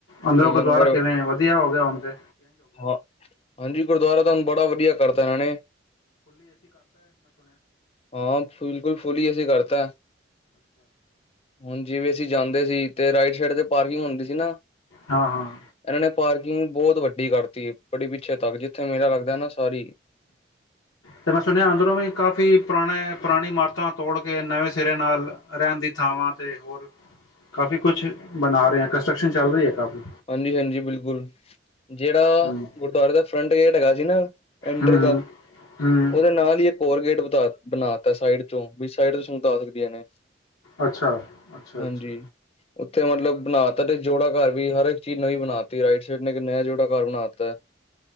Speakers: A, on the left; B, on the left.
A: ਅੰਦਰੋਂ
B: ਤੇ ਲੰਗਰ
A: ਗੁੁਰੂਦੁਆਰਾ ਕਿਵੇਂ ਹੈ? ਵਧੀਆ ਹੋ ਗਿਆ ਹੁਣ ਤੇ
B: ਹਾਂ। ਹਾਂਜੀ ਗੁਰਦੁਆਰਾ ਤਾ ਹੁਣ ਬੜਾ ਵਧੀਆ ਕਰਤਾ। <unintelligible> ਹਾਂ ਬਿਲਕੁਲ ਫੁੱਲੀ ਏ ਸੀ ਕਰਤਾ। ਹੁਣ ਜਿਵੇਂ ਅਸੀਂ ਜਾਂਦੇ ਸੀ। ਤੇ ਰਾਈਟ ਸਾਈਡ ਤੇ ਪਾਰਕਿੰਗ ਹੁੰਦੀ ਸੀ ਨਾ,
A: ਹਾਂ-ਹਾਂ
B: ਇਹਨਾਂ ਨੇ ਪਾਰਕਿੰਗ ਬਹੁਤ ਵੱਡੀ ਕਰਤੀ। ਬੜੀ ਪਿੱਛੇ ਤੱਕ। ਜਿੱਥੇ ਮੇਲਾ ਲੱਗਦਾ ਹੈ ਨਾ, ਸਾਰੀ।
A: ਤੇ ਮੈਂ ਸੁਣਿਆ ਅੰਦਰੋਂ ਵੀ ਕਾਫ਼ੀ ਪੁਰਾਣੇ ਪੁਰਾਣੀ ਇਮਾਰਤਾਂ ਤੋੜ ਕੇ ਨਵੇਂ ਸਿਰੇ ਨਾਲ ਰਹਿਣ ਦੀ ਥਾਵਾਂ ਤੇ, ਹੋਰ ਕਾਫ਼ੀ ਕੁਛ ਬਣਾ ਰਹੇ ਆ ਕੰਸਟਰਕਸ਼ਨ ਚੱਲ ਰਹੀ ਹੈ। ਕਾਫੀ
B: ਹਾਂਜੀ-ਹਾਂਜੀ ਬਿਲਕੁਲ। ਜਿਹੜਾ
A: ਹੂੰ
B: ਗੁਰਦੁਆਰੇ ਦਾ ਫਰੰਟ ਗੇਟ ਹੈਗਾ, ਸੀ ਨਾ ਐਂਟਰ
A: ਹੂੰ
B: ਦਾ।
A: ਹੂੰ
B: ਉਹਦੇ ਨਾਲ ਹੀ ਇੱਕ ਹੋਰ ਗੇਟ ਬਤਾਰ। ਬਣਾ ਤਾ ਸਾਈਡ ਚੋ। ਵੀ ਸਾਈਡ ਤੋਂ ਸੰਗਤਾ ਆ ਸਕਦੀਆਂ ਨੇ।
A: ਅੱਛਾ ਅੱਛਾ
B: ਹਾਂਜੀ,
A: ਅੱਛਾ
B: ਉੱਥੇ ਮਤਲਬ ਬਣਾ ਤਾ। ਤੇ ਜੋੜਾ ਘਰ ਵੀ ਹਰ ਇੱਕ ਚੀਜ਼ ਨਵੀਂ ਬਣਾਤੀ ਰਾਈਟ ਸਾਈਡ। ਤੇ ਇੱਕ ਨਯਾ ਜੋੜਾ ਘਰ ਬਣਾਤਾ ਹੈ।